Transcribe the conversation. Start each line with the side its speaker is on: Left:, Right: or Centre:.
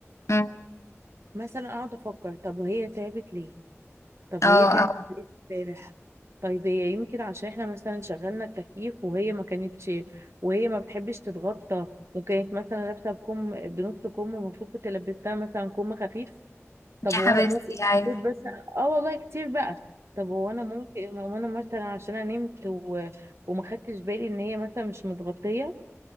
Left: أمم.
Right: مثلا اقعد افكر طب هي تعبت ليه طب
Left: اه
Right: هي كانت
Left: اه
Right: ليه امبارح طيب هي يمكن عشان احنا مثلا شغلنا التكييف وهي ما كانتش وهي ما بتحبش تتغطى وكانت مثلا لابسة بكم بنص كم ومفروض كنت لبستها مثلا كم خفيف طب
Left: يا
Right: هو
Left: حبيبتي
Right: انا ممكن
Left: ايوه
Right: كنت بس اه والله كتير بقى طب هو انا ممكن هو انا مثلا عشان انا نمت و... وما خدتش بالي ان هي مثلا مش متغطية